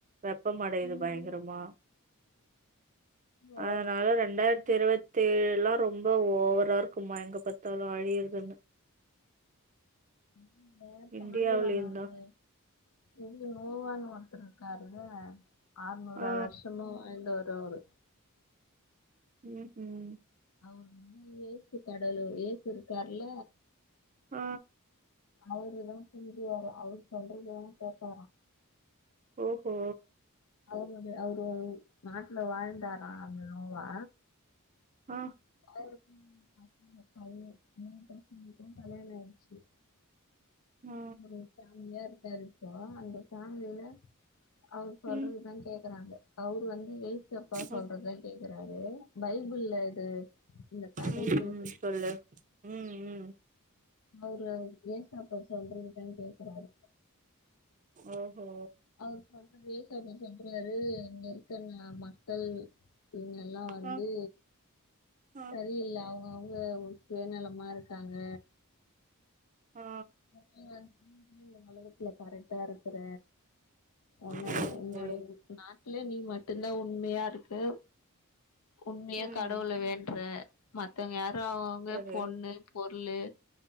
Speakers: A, on the right (about 35°); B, on the left (about 75°).
A: வெப்பம் அடையுது
B: ம்
A: பயங்கரமா
B: ஓ
A: அதனால ரண்டாயிரத்தி இருவத் தேவல்லாம் ரொம்ப ஓவரா இருக்குமா எங்க பாத்தாலு அழியற துன்னு
B: ம் வேற பாலைவன
A: இந்தியாவிலயும்
B: அங்க
A: தான்.
B: இது நோவான் ஒருத்தர் இருக்காருத அறுநூறு
A: ஆ.
B: வருஷமா வாழ்ந்தவர் அவரு
A: ம்ஹூம்
B: அவர் மூணு ஏசு கடவுளு ஏசு இருக்கார்ல
A: ஆ
B: அவருதா தூதுவாரா அவர் சொல்றதா கேப்பாரா
A: ஓ ஹோ
B: அவரோட அவரு நாட்டுல வாழ்ந்தாரா அந்த நோவா
A: ம்
B: அவருக்கு மூணு பசங்க பைய மூணு பசங்களுக்கு கல்யாண ஆய்ச்சு
A: ஆ.
B: அவ ஒரு ஃபேமிலியா இருக்காருப்போ அந்த ஃபேமிலில அவர் சொல்றதுதா
A: ம்.
B: கேக்குறாங்க அவர் வந்து ஏசு அப்பா சொல்றதுதா
A: ஓ!
B: கேக்குறாரு பைபிள்ல இது இந்த கதையே
A: ம்
B: இருக்கு
A: ம் சொல்லு ம் ம்
B: அவரு ஏசு அப்பா சொல்றதுதா கேக்குறாரு
A: ஓஹோ
B: அவரு சொல்ற ஏசு அப்டி சொல்றாரு இங்க இருக்க ந மக்கள் இங்க எல்லா வந்து
A: அ அ
B: வெளியில அவுங்கவுங்க ஒரு சுயநலமா ருக்காங்க
A: ஆ
B: நீ வந்து இந்த உலகத்துல கரெக்டா இருக்குற ஒன்னோட
A: சரி
B: ஒன்னோட
A: சரி
B: ரு நாட்டுல நீ மட்டுதா உண்மையா இருக்கு உண்மையா
A: ம்
B: கடவுள வேண்ற மத்தவங்க யாரு அவுங்கவுங்க
A: சரி
B: பொண்ணு பொருளு